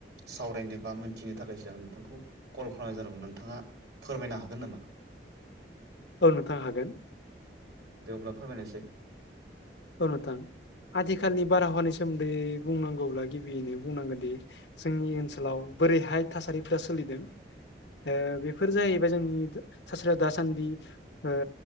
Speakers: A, on the right; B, on the left.
A: सावरायनो बा मोनथिनो थाखायसो आं नोंथांखौ कल खालामनाय जादोंमोन नोंथाङा फोरमायनो हागोन नामा?
B: औ नोंथां हागोन।
A: दे अब्ला फोरमायनायसै।
B: औ नोंथां आथिखालनि बारहावानि सोमोन्दै बुंनांगौब्ला गिबियैनो बुंनांगोन दि जोंनि ओनसोलाव बोरै बेहाय थासारिफोरा सोलिदों ओ बेफोर जाहैबाय जोंनि थासारिया दासान्दि ओ